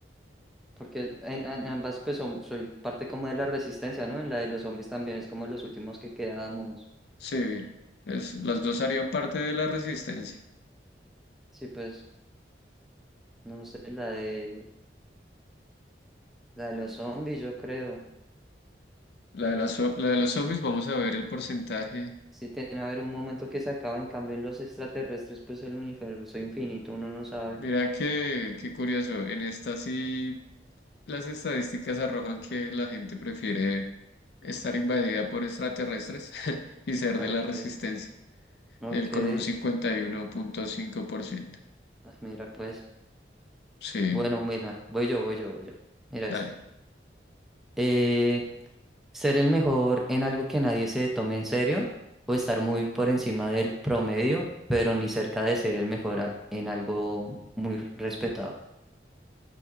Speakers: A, in the centre; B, on the left (about 65°).
A: Porque en, en ambas, pues som- soy parte como de la resistencia, ¿no? En la de los zombies también es como los últimos que quedamos.
B: Sí, es- las dos harían parte de la resistencia.
A: Sí, pues No sé, la de, la de los zombies, yo creo.
B: La de, las zo- la de los zombies, vamos a ver el porcentaje.
A: Sí, tiene a haber un momento que se acaba, en cambio en los extraterrestres, pues el universo infinito, uno no sabe.
B: Mira que, qué curioso, en esta sí las estadísticas arrojan que la gente prefiere estar invadida por extraterrestres <laughs> y ser
A: Ok,
B: de la resistencia,
A: ok.
B: eh, con un cincuenta y uno punto cinco por ciento.
A: Ah, mira, pues.
B: Sí,
A: Bueno, bueno, voy yo, voy yo, voy yo. Mira
B: dale.
A: esta. Eh, ser el mejor en algo que nadie se tome en serio o estar muy por encima del promedio, pero ni cerca de ser el mejor a- en algo muy respetado.